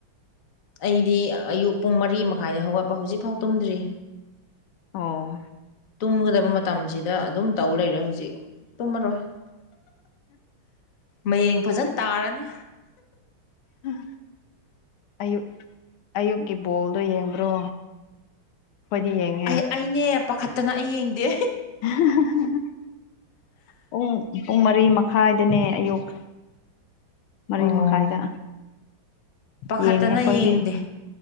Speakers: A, on the left; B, on the left.
A: ꯑꯩꯗꯤ ꯑꯌꯨꯛ ꯄꯨꯡ ꯃꯔꯤ ꯃꯈꯥꯏꯗ ꯍꯧꯒꯠꯄ ꯍꯧꯖꯤꯛꯐꯥꯎ ꯇꯨꯝꯗ꯭ꯔꯤ
B: ꯑꯣ
A: ꯇꯨꯝꯒꯗꯕ ꯃꯇꯝꯁꯤꯗ ꯑꯗꯨꯝ ꯇꯧ ꯂꯩꯔꯦ ꯍꯧꯖꯤꯛ ꯇꯨꯝꯃꯔꯣꯏ ꯃꯌꯦꯡ ꯐꯖꯅ ꯇꯥꯔꯅꯤ
B: ꯎꯝ ꯌꯨꯝ ꯑꯌꯨꯛꯀꯤ ꯕꯣꯜꯗꯣ ꯌꯦꯡꯕ꯭ꯔꯣ ꯑꯩꯈꯣꯏꯗꯤ ꯌꯦꯡꯉꯤ
A: ꯑꯩ ꯑꯩꯅꯦ ꯄꯥꯈꯠꯇꯅ ꯑꯩ ꯌꯦꯡꯗꯦ
B: <unintelligible> ꯄꯨꯡ ꯄꯨꯡ ꯃꯔꯤ ꯃꯈꯥꯏꯗꯅꯦ ꯑꯌꯨꯛ ꯃꯔꯤ
A: ꯑꯣ
B: ꯃꯈꯥꯏꯗ
A: ꯄꯥꯈꯠꯇꯅ
B: ꯌꯦꯡꯉꯦ ꯑꯩꯈꯣꯏꯗꯤ
A: ꯌꯦꯡꯗꯦ